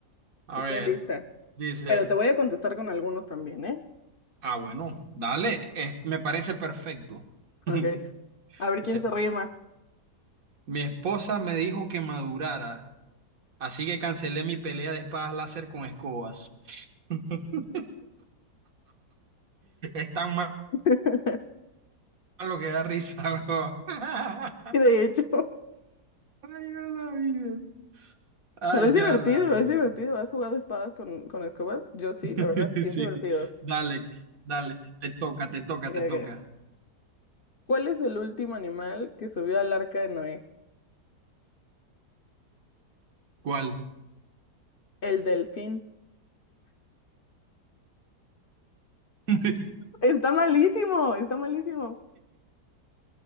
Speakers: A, on the right; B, on the left.
A: A
B: estoy
A: ver,
B: lista.
A: dice,
B: Pero te voy a contestar con algunos también, ¿eh?
A: ah, bueno, dale, es- me parece perfecto.
B: Ok,
A: <laughs>
B: a ver
A: Dice,
B: quién se ríe más.
A: mi esposa me dijo que madurara, así que cancelé mi pelea de espadas láser con escobas. <laughs> Están mal
B: <laughs>
A: lo que da risa, weón. <laughs>
B: Y de hecho,
A: Ay, ya la vida. Ay,
B: pero es
A: ya
B: divertido,
A: la vida.
B: es divertido. ¿Has jugado espadas con, con escobas? Yo sí,
A: <laughs>
B: la verdad, sí
A: Sí,
B: es divertido.
A: dale, dale. Te toca, te toca,
B: Ok,
A: te
B: ok.
A: toca.
B: ¿Cuál es el último animal que subió al arca de Noé?
A: ¿Cuál?
B: El delfín.
A: <laughs>
B: Está malísimo, está malísimo.